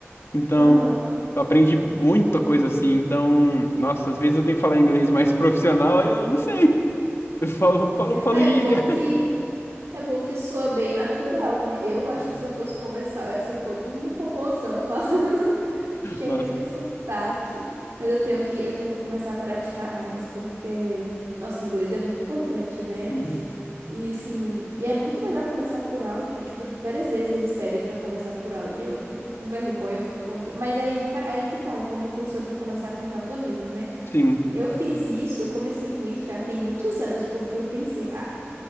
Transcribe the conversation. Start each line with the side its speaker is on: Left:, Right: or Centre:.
Left: então
Right: Uhum.
Left: eu aprendi muita coisa assim. Então, nossa, às vezes eu tenho que falar inglês mais <laughs> profissional e eu não sei. Eu falo, falo, falo
Right: Ah, É
Left: gíria.
Right: bom que é bom que soa bem natural, né? Eu acho
Left: Sim.
Right: que se eu fosse conversar, eu ia ser todo um robozão falando <laughs> cheia
Left: Nossa,
Right: de sotaque, mas eu tenho que eu tenho que começar a praticar mais, porque nosso inglês é muito importante, né?
Left: sim.
Right: E assim, e é muito melhor conversar por áudio, tipo, várias vezes eles pedem pra conversar por áudio, e eu fico com vergonha por conta, mas aí tá, aí é que tá, eu comentei sobre conversar com japoneses, né?
Left: Sim.
Right: Eu fiz isso, eu comecei com isso já tem muitos anos, porque eu pensei, ah,